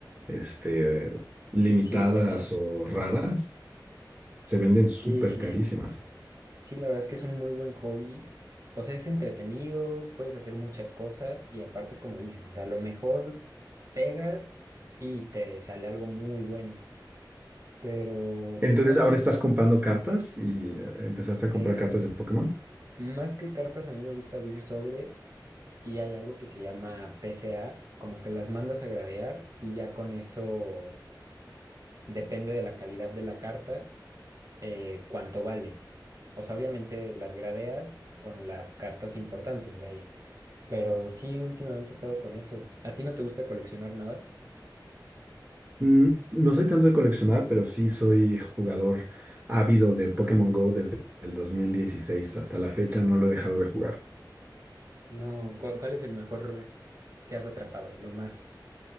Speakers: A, on the right; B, on the right.
A: este, limitadas
B: sí, buenas.
A: o raras, se venden
B: Sí,
A: súper
B: sí,
A: carísimas.
B: sí. Sí, la verdad es que es un muy buen hobby. O sea, es entretenido, puedes hacer muchas cosas y aparte, como dices, o sea, a lo mejor pegas y te sale algo muy bueno. Pero,
A: Entonces,
B: no sé,
A: ahora estás comprando cartas y eh, empezaste a
B: eh,
A: comprar cartas de Pokémon.
B: más que cartas, a mí me gusta abrir sobres y hay algo que se llama PCA, como que las mandas a gradear y ya con eso depende de la calidad de la carta, eh, cuánto vale. O sea, obviamente las gradeas con las cartas importantes, vaya Pero sí, últimamente he estado con eso. ¿A ti no te gusta coleccionar nada?
A: Mm, No soy tanto de coleccionar, pero sí soy jugador ávido de Pokémon Go desde el dos mil dieciséis Hasta la fecha no lo he dejado de jugar.
B: No, ¿cu- ¿cuál, es el mejor que has atrapado? Lo más,